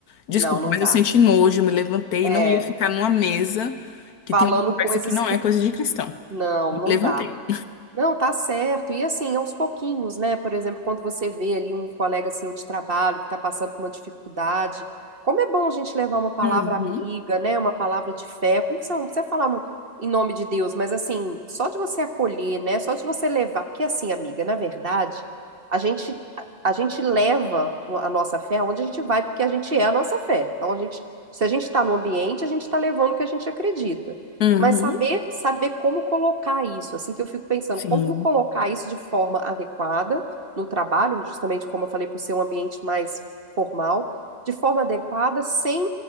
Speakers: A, on the left; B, on the right.
A: Desculpa,
B: Não, não
A: mas
B: dá.
A: eu senti nojo, me levantei,
B: É,
A: não ia ficar numa mesa que
B: falando
A: tem uma conversa
B: coisas
A: que não
B: que.
A: é coisa de cristão.
B: Não,
A: Me
B: não
A: Levantei.
B: dá. Não, tá certo. E assim, aos pouquinhos, né? Por exemplo, quando você vê ali um colega seu de trabalho que tá passando por uma dificuldade, como é bom a gente levar uma palavra
A: Uhum,
B: amiga, né? Uma palavra de fé. Como você não precisa falar no- em nome de Deus, mas assim, só de você acolher, né? Só de você levar. Porque assim, amiga, na verdade, a gente, a gente leva a nossa fé aonde a gente vai, porque a gente é a nossa fé. Então, a gente, se a gente tá no ambiente, a gente tá levando o que a gente acredita.
A: uhum,
B: Mas saber, saber como colocar isso, assim que eu fico pensando,
A: sim.
B: como colocar isso de forma adequada no trabalho, justamente como eu falei, por ser um ambiente mais formal, de forma adequada, sem,